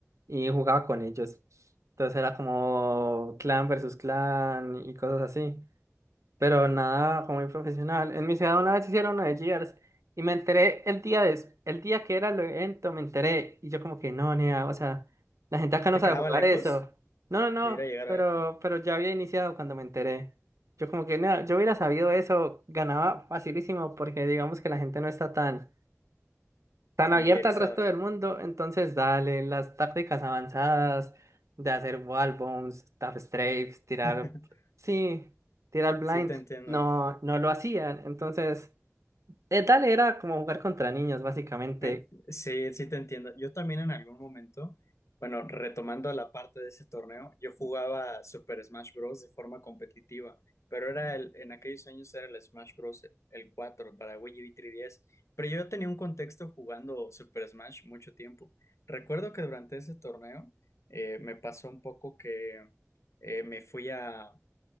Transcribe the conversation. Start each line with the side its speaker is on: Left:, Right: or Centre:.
Right: y jugaba con ellos. Entonces era como clan versus clan y cosas así pero nada como muy profesional. En mi ciudad una vez hicieron una de Gears y me enteré el día des- el día que era el evento, me enteré y yo como que no, nea, o sea, la gente acá no
Left: ¿te
Right: sabe
Left: quedaba
Right: jugar
Left: lejos
Right: eso. No, no, no,
Left: de ir a llegar
Right: pero,
Left: a-
Right: pero ya había iniciado cuando me enteré. Yo como que nea, yo hubiera sabido eso, ganaba facilísimo porque digamos que la gente no está tan tan
Left: familiarizada?
Right: abierta al resto del mundo, entonces dale las tácticas avanzadas de hacer wall bombs, tap strafes, tirar,
Left: <laughs>
Right: sí, tirar blind,
Left: Sí, te entiendo.
Right: no, no lo hacían, entonces eh, dale era como jugar contra niños básicamente.
Left: Me- sí, sí te entiendo. Yo también en algún momento, bueno, retomando la parte de ese torneo, yo jugaba Super Smash Bros. de forma competitiva, pero era el, en aquellos años era el Smash Bros. el 4 para Wii U y 3DS, pero yo tenía un contexto jugando Super Smash mucho tiempo. Recuerdo que durante ese torneo eh, me pasó un poco que eh, me fui a,